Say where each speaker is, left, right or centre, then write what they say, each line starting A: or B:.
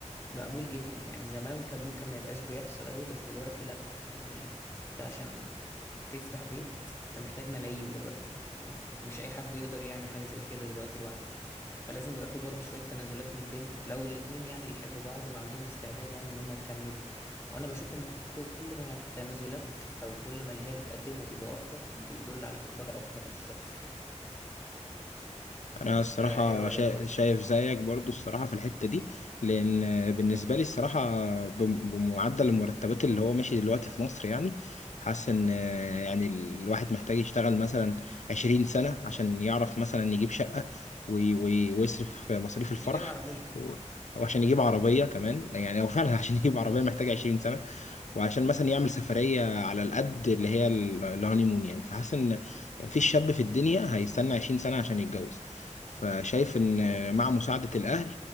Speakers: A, on the left; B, on the left.
A: مقبول جدا يعني زمان كان ممكن ما يبقاش بيحصل قوي بس دلوقتي لا يعني انت عشان تفتح بيت انت محتاج ملايين دلوقتي مش اي حد يقدر يعمل حاجه زي كده دلوقتي لوحده فلازم يبقى في برضه شويه تنازلات من البنت لو الاتنين يعني بيحبوا بعض وعندهم استعداد يعني ان هم يكملوا وانا بشوف ان كل ما التنازلات او كل ما اللي هي بتقدمه بيبقى اكتر بيدل على حبها اكتر للشخص يعني
B: انا الصراحه
A: فايه رايك
B: شا-
A: برضه
B: شايف
A: في الحوار
B: زيك برضو الصراحه في الحته دي لان بالنسبه لي الصراحه بم- بمعدل المرتبات اللي هو ماشي دلوقتي في مصر يعني حاسس ان آه، يعني الواحد محتاج يشتغل مثلا 20 سنه عشان يعرف مثلا يجيب شقه وي- وي- ويصرف مصاريف
A: عشان
B: الفرح
A: يجيب عربية
B: و- وعشان يجيب عربيه كمان يعني هو فعلا <laughs> عشان يجيب عربيه محتاج 20 سنه وعشان مثلا يعمل سفرية على القد اللي هي ال- الهانيمون يعني فحاسس ان مفيش شاب في الدنيا هيستنى 20 سنة عشان يتجوز فشايف ان مع مساعدة الاهل